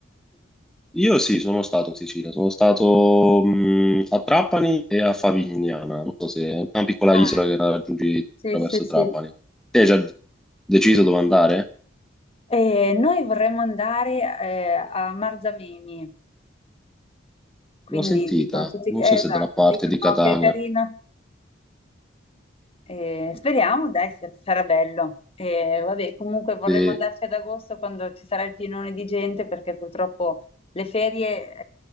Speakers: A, in the centre; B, on the left.
A: Io sì, sono stato in Sicilia, sono stato mh, a Trapani e a Favignana, non so se è una piccola
B: Ah,
A: isola che raggiungi
B: sì,
A: attraverso
B: sì, sì.
A: Trapani. Te hai già d- deciso dove andare?
B: Eh, noi vorremmo andare eh, a Marzamemi. Quindi
A: L'ho sentita,
B: dicono tutti che,
A: non so
B: eh,
A: se
B: esatto,
A: dalla parte
B: dicono
A: di Catania.
B: che è carina. Eh, speriamo, dai, sa- sarà bello. Eh, vabbè, comunque vorremmo
A: Sì,
B: andarci ad agosto quando ci sarà il pienone di gente, perché purtroppo le ferie,